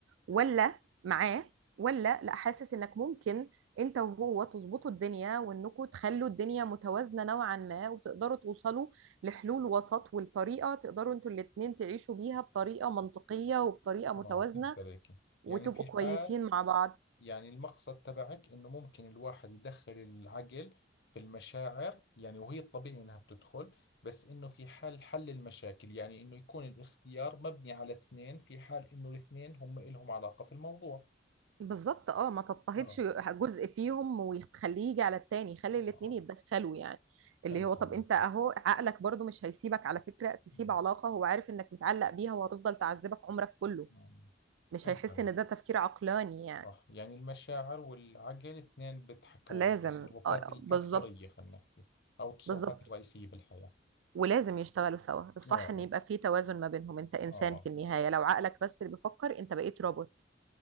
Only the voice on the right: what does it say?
ولا معاه ولا لا حاسس انك ممكن انت وهو تظبطوا الدنيا وانكم تخلوا الدنيا متوازنة نوعا ما وتقدروا توصلوا لحلول وسط والطريقة تقدروا انتوا الاتنين تعيشوا بيها بطريقة منطقية وبطريقة متوازنة
وتبقوا
كويسين
مع بعض
بالظبط اه ما تضطهدش
جزء فيهم وتخليه يجي على التاني خلي
الاتنين يتدخلوا يعني اللي
هو طب
انت اهو عقلك برضو مش هيسيبك على فكرة تسيب
علاقة هو عارف انك متعلق بيها وهتفضل تعذبك عمرك كله
مش
هيحس
ان ده تفكير عقلاني
يعني
لازم
اه
بالظبط
بالظبط
ولازم يشتغلوا سوا الصح
ان يبقى في توازن ما بينهم انت انسان
في النهاية لو عقلك بس اللي بيفكر انت بقيت روبوت